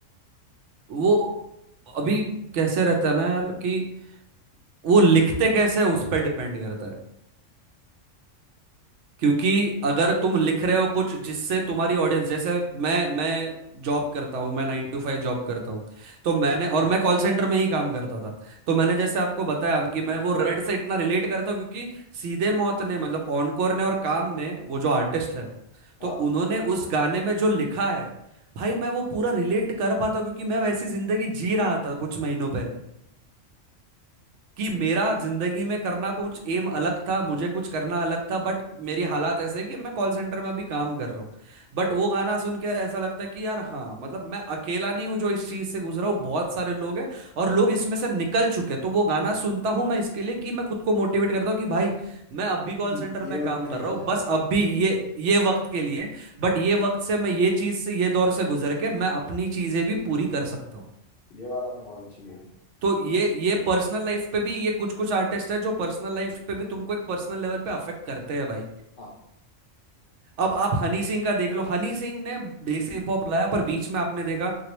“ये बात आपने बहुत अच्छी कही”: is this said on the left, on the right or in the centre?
Left